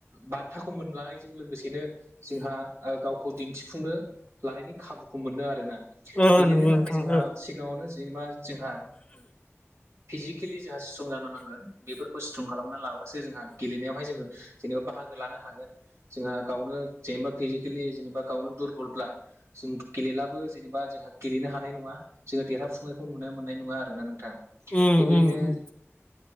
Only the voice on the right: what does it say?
बान्थाखौ मोनलांनायजों लोगोसेनो जोंहा ओ गावखौ दिन्थिफुंनो लानायनि खाबुखौ मोनो आरो ना
गेलेनो
थाखाय
जोंहा
सिगाङावनो जेनेबा जोंहा फिजिक केलि जोंहा स्ट्रं जानो नांगोन बेफोरखौ स्ट्रं खालामनानै लाब्लासो जोंहा गेलेनायावहाय जोङो जेनेबा बाहागो लानो हागोन जोंहा गावनो जेनेबा फिजिकेलि जेनेबा गावनो दुरबलब्ला जों गेलेलाबो जेनेबा जोंहा गेलेनो हानाय नङा जोङो देरहाफुंनायखौ नुनो मोननाय नङा आरोना नोंथां
बेबायदिनो